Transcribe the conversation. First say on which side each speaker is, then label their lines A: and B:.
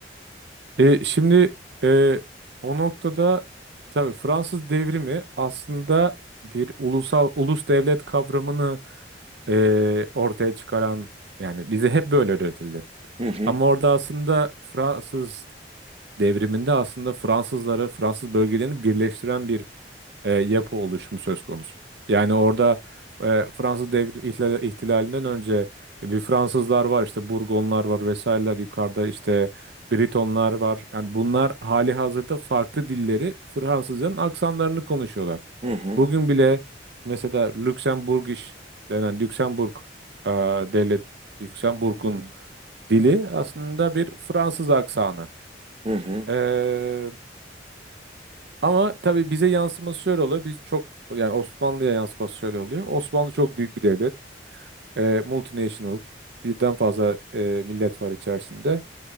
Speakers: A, on the right; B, on the right.
A: E, şimdi e, o noktada tabii Fransız devrimi aslında bir ulusal ulus devlet kavramını e, ortaya çıkaran yani bize hep böyle öğretildi.
B: Hı hı,
A: Ama orada aslında Fransız devriminde aslında Fransızları, Fransız bölgelerini birleştiren bir e, yapı oluşumu söz konusu. Yani orada e, Fransız devri ihla- ihtilalinden önce bir Fransızlar var işte Burgonlar var vesaireler yukarıda işte Britonlar var. Yani bunlar hali hazırda farklı dilleri Fransızların aksanlarını konuşuyorlar.
B: hı hı,
A: Bugün bile mesela Lüksemburgiş denen Lüksemburg e, devlet Lüksemburg'un dili aslında bir Fransız aksanı.
B: hı hı.
A: E, ama tabii bize yansıması şöyle oluyor. Biz çok yani Osmanlı'ya yansıması şöyle oluyor. Osmanlı çok büyük bir devlet. E, multinational. Birden fazla e, millet var içerisinde.